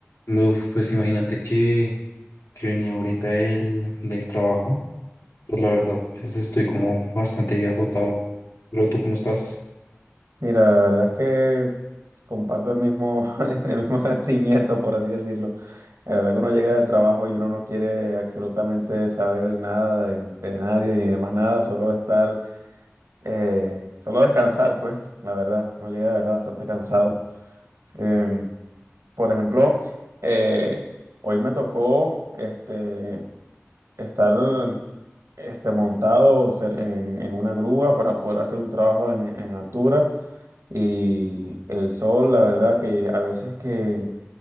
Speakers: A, on the left (about 80°); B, on the right (about 85°).
A: Uf, pues imagínate que, que venía ahorita del, del trabajo. Pues la verdad, pues estoy como bastante agotado. Pero ¿tú cómo estás?
B: Mira, la verdad es que comparto el mismo, <laughs> el mismo sentimiento, por así decirlo. La verdad que uno llega
A: Ujú.
B: del trabajo y uno no quiere absolutamente saber nada de, de nadie ni de más nada, solo estar, eh, solo descansar, pues, la verdad. Uno llega de verdad bastante cansado. Em, por ejemplo, eh, hoy me tocó este, estar este, montado ser- en, en una grúa para poder hacer un trabajo en en altura. Y el sol, la verdad que a veces que,